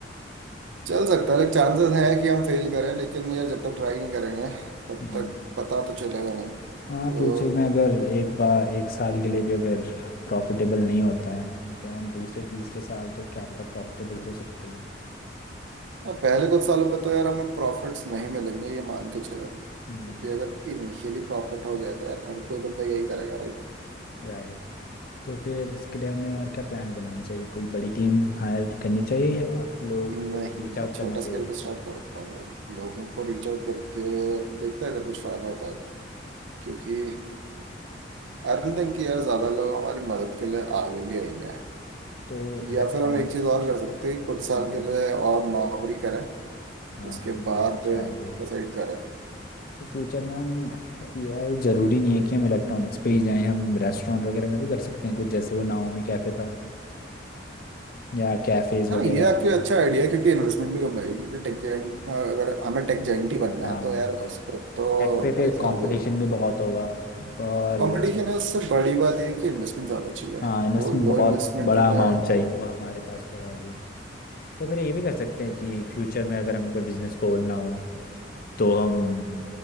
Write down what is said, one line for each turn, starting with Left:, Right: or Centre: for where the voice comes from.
Right: चल सकता है लेकिन चांसेस हैं कि हम फेल करें लेकिन यार जब तक ट्राई नहीं करेंगे तब
Left: हम्म,
Right: तक पता तो चलेगा नहीं तो
Left: हाँ फ्यूचर में अगर एक बार एक साल के लिए भी अगर प्रॉफिटेबल नहीं होता है तो हम दूसरे तीसरे साल तो क्या पता प्रॉफिटेबल हो सकते हैं
Right: हाँ, पहले कुछ सालों पे तो यार हमें प्रॉफिट्स नहीं मिलेंगे ये मान के चलो क्योंकि
Left: हम्म
Right: अगर इनिशियली प्रॉफिट हो जाए तो यार हर कोई बंदा यही करेगा राइट
Left: राइट तो फिर इसके लिए हमें और क्या प्लान्स बनाने चाहिए कोई बड़ी टीम हायर करनी चाहिए या लोग
Right: नहीं
Left: रीच
Right: है
Left: आउट
Right: छोटा
Left: करना चाहिए
Right: स्केल पे स्टार्ट करता हूँ लोगों को रीच आउट करके देखते हैं अगर कुछ फायदा होता है तो क्योंकि आई डोंट थिंक कि यार ज्यादा लोग हमारी मदद के लिए आगे भी आएंगे
Left: तो इलेक्ट्रॉनिक्स
Right: या फिर हम एक चीज और कर सकते हैं कुछ साल
Left: हम्म
Right: के लिए और नौकरी करें
Left: हाँ
Right: उसके
Left: हाँ ये
Right: बाद
Left: भी अच्छा
Right: डिसाइड
Left: आइडिया है
Right: करा है।
Left: तो फ्यूचर में हम ये ज़रूरी नहीं है कि हम इलेक्ट्रॉनिक्स पे ही जाएं हम रेस्टोरेंट वगैरह का भी कर सकते हैं कुछ जैसे वो नाओमी कैफ़े था या कैफ़ेज़
Right: हाँ
Left: वगैरह
Right: ये आपके अच्छा आइडिया है क्योंकि इन्वेस्टमेंट भी कम लगेगी क्योंकि टेक जाइंट अगर हमें टेक जाइंट ही बनना
Left: हाँ
Right: है तो यार उस पर तो
Left: टेक पे फिर
Right: भाई साहब
Left: कंपटीशन भी बहुत होगा और
Right: कंपटीशन है उससे बड़ी बात ये है कि इन्वेस्टमेंट ज़्यादा चाहिए
Left: हाँ इन्वेस्टमेंट
Right: तो लो
Left: बहुत
Right: इन्वेस्टमेंट
Left: बड़ा
Right: के लिए
Left: अमाउंट चाहिए वो हमारे पास थोड़ा अभी तो फिर ये भी कर सकते हैं कि फ्यूचर में अगर हमें कोई बिजनेस खोलना हो तो हम